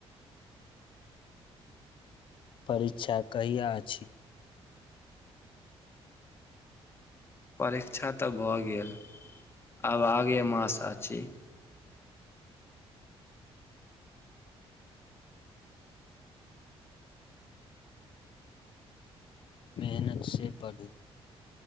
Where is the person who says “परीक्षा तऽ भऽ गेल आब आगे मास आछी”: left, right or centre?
Left